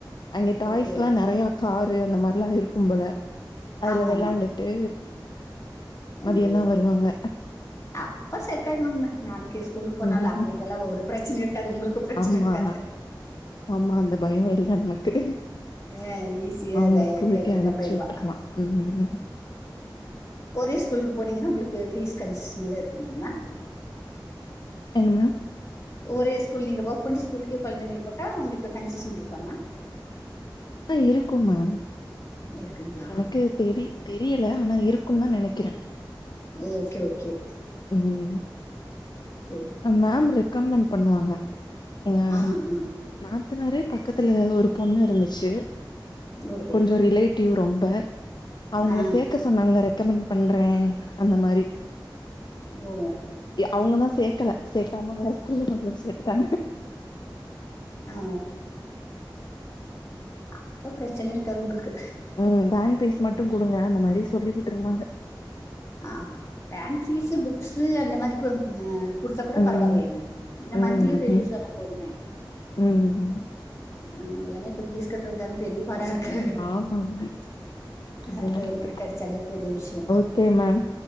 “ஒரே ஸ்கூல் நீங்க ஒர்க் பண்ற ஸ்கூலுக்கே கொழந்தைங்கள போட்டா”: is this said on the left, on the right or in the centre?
Left